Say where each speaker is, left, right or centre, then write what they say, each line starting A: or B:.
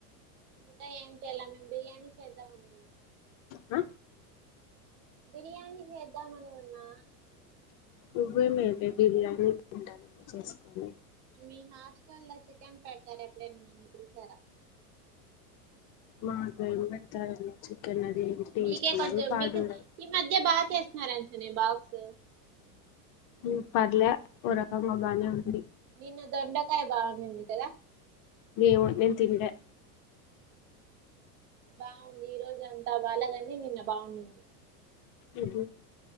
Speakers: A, on the right; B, on the left.
A: వంట ఏం చేయాలే మేము బిర్యానీ చేద్దాం అని ఉన్నాం
B: ఆ
A: బిర్యానీ చేద్దామని ఉన్నా
B: నువ్వే మేదే బిర్యానీ ఉండాల చేసుకోని
A: మీ హాస్టల్ లో చికెన్ పెడతారు ఎప్పుడైనా నన్ను పిలిసారా
B: మాక ఏం పెడతారో నువ్ చెప్ కని అదేమీ టేస్ట్
A: మీకే
B: ఉండదు
A: కొంచెం
B: పాడు
A: మీకు
B: ఉండదు
A: ఈ మధ్య బాగా చేస్తున్నారంటనే బాక్స్
B: ఉ పర్లే ఓ రకంగా బానే ఉంది
A: నిన్న దొండకాయ బాగోండింది కదా
B: నేను తినలే
A: బాగుంది ఈ రోజు అంతా బాలేగాని నిన్న బాగునింది
B: ఊహు